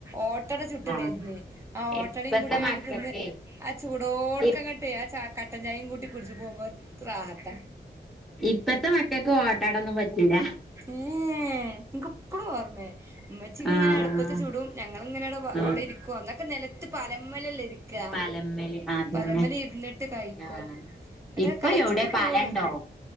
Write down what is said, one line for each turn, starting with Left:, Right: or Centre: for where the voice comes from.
Right: ഓട്ടട ചുട്ട്
Centre: ആഹ്
Right: തരുന്നേ ആ ഓട്ടടയും.
Centre: ഇപ്പത്തെ
Right: കൂട്ടി
Centre: മക്കക്കെ
Right: കൊണ്ട് തിന്ന് ആ ചൂടോട്ക്ക്.
Centre: ഇ
Right: ട്ട ആ കട്ടചായയും കൂട്ടി കുടിച്ചു പോകുമ്പോ റാഹത്താ.
Centre: ഇപ്പത്തെ മക്കൾക്ക് ഓട്ട്ടയൊന്നും പറ്റൂല.
Right: ഏഹ്. എനക്ക്പ്പഴും ഓർമ്മേ ഉമ്മച്ചി
Centre: ആഹ്
Right: ഇങ്ങനെ അടുപ്പത്തെ ചൂടും ഞങ്ങളിങ്ങനെയട
Centre: ആഹ്
Right: അവിടെ ഇരിക്കുവ അന്നൊക്കെ നിലത്ത് പലമേല് ഇരിക്കുക
Centre: പലമ്മല് അതന്നെ
Right: പലമേല് ഇരി ന്നിട്ട് കഴിക്കും
Centre: ആഹ്
Right: എന്നിട്ട്
Centre: ഇപ്പൊ
Right: കഴിച്ചിട്ട്
Centre: എവിടെ
Right: പൂവോളൂ.
Centre: പലണ്ടോ